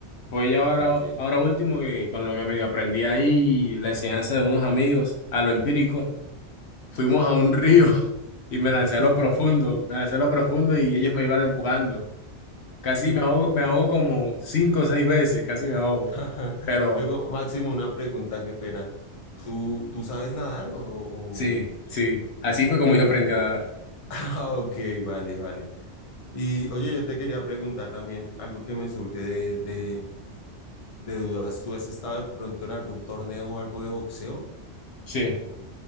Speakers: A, on the left; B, on the left.
A: Fue ya ahora,
B: Ok.
A: ahora último que con lo que medio aprendí ahí, la enseñanza de unos amigos, a lo empírico, fuimos a un río <laughs> y me lancé
B: <laughs>
A: a lo profundo, me lancé a lo profundo y ellos me iban empujando. Casi
B: Sí,
A: me
B: lo-
A: ahogo, me ahogo como cinco o seis veces, casi me ahogo.
B: <laughs>
A: Pero
B: Luego, Máximo, una pregunta, qué pena. ¿Tú, tú sabes nadar o, o-
A: sí,
B: <laughs>
A: sí, así fue como yo aprendí a nadar.
B: Ah, ok, vale, vale. Y oye, yo te quería preguntar también algo que me surge de, de, de dudas. ¿Tú has estado de pronto en algún torneo o algo de boxeo?
A: Sí,